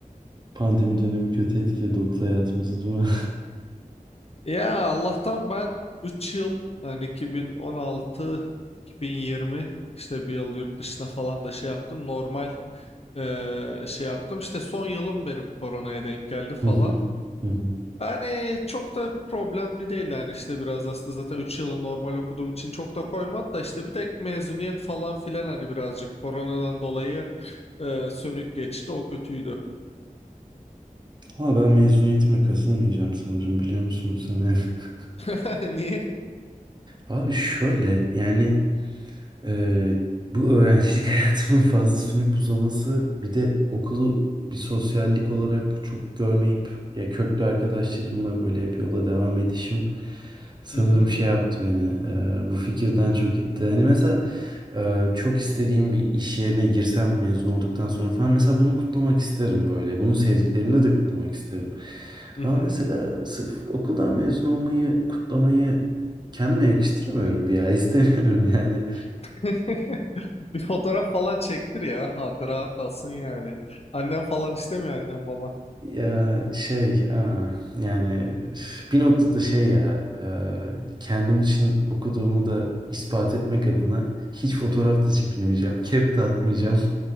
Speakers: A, on the right; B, on the left.
A: Pandemi dönemi kötü etkiledi okul hayatımızı değil mi?
B: Ya Allah'tan ben 3 yıl yani 2016 2020 işte bir yıl yurt dışına falan da şey yaptım. Normal eee, şey yaptım. İşte son yılım benim koronaya denk geldi
A: <laughs>
B: falan.
A: Hı hı. Hı hı.
B: Yani çok da problemli değil yani işte biraz aslında zaten 3 yılı normal okuduğum için çok da koymadı da işte bir tek mezuniyet falan filan hani birazcık koronadan dolayı e, sönük geçti o kötüydü.
A: Ama ben mezuniyetime kasılmayacağım sanırım biliyor musun bu sene? <laughs>
B: <laughs> Niye?
A: Abi şöyle yani Ee, bu öğrencilik <laughs> hayatımın fazla sünüp uzaması bir de okulu bir sosyallik olarak çok görmeyip ya köklü arkadaşlarımla böyle hep yola devam edişim sanırım
B: Mhm,
A: şey yaptı beni e, bu fikirden çok itti. Hani mesela e, çok istediğim bir iş yerine girsem mezun olduktan sonra falan mesela bunu kutlamak isterim böyle. Bunu sevdiklerimle de kutlamak isterim.
B: mhm.
A: Ama mesela sırf okuldan mezun olmayı kutlamayı kendime yakıştıramıyorum bir ya <laughs> istemiyorum yani.
B: <laughs> Bir fotoğraf falan çektir ya hatıra kalsın yani. Annem falan istemiyor annem baba.
A: Ya şey aa, yani üf, bir noktada şey ya e, kendim için okuduğumu da ispat etmek adına hiç fotoğraf da çekilmeyeceğim. Kep de atmayacağım.